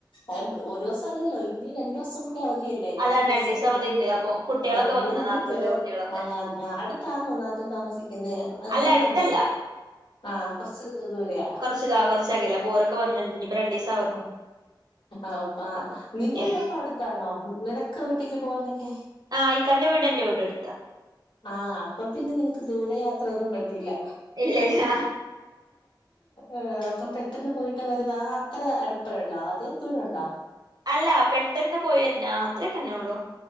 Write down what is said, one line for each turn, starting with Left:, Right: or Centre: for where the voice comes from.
Left: അഹ് ഒരുസം അല്ലല്ലോ ഇനി രണ്ടുസം അവധിയല്ലേ രണ്ട്
Right: അതാണ്
Left: ദിവസം
Right: രണ്ടീസം അവധിണ്ട് അപ്പൊ കുട്ടികളൊക്കെ
Left: ആഹ് മൂന്ന്
Right: വന്നിണ്
Left: <unintelligible>
Right: നാത്തൂന്റെ കുട്ടികളൊക്കെ
Left: ആഹ് ആഹ് അട് ത്താന്നോ നാത്തും താമസിക്കുന്നേ അത്ര
Right: അല്ല
Left: ദൂരം
Right: അടുത്തല്ല
Left: ഇണ്ടോ? ആഹ് കൊർച്ച് ദൂരയാ.
Right: ച്ച്താ കൊർച്ചകലേ അപ്പോരൊക്കെ വന്ന്ണ്ട് ഇഞ്ഞിപ്പം രണ്ടിസ്
Left: പ്പൊ ആപ്പ
Right: അപ്പൊ
Left: നിന്റെ
Right: എ
Left: വീടെപ്പ അഒട ത്താണോ നിനക്ക് വീട്ടിക്ക് പോകാനൊക്കെ?
Right: ആഹ് ഇക്കാന്റെ വീടും എന്റെ വീടും അട്ത്താ.
Left: ആഹ് അപ്പ പിന്നെ നിനക്ക് ദൂര യാത്രൊന്നും പറ്റുല്ല.
Right: ഇല്ലല്ല
Left: ഏഹ് അപ്പൊ പെട്ടെന്ന് പോയിട്ട് വരുന്ന ആഹ് അത്ര അട്പ്പള്ളാ അതി ദൂരൊണ്ട?
Right: അല്ല പെട്ടെന്ന് പോയിവര്ന്നെ ആഹ് അത്രക്കെന്നൊള്ളൂ.